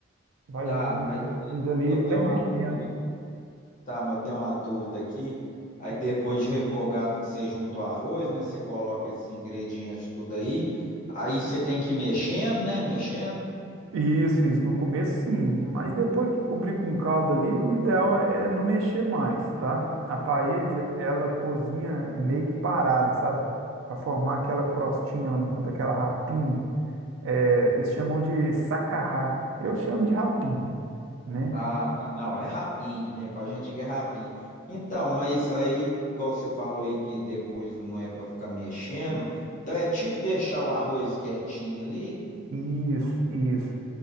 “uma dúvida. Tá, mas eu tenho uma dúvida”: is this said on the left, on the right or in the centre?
Left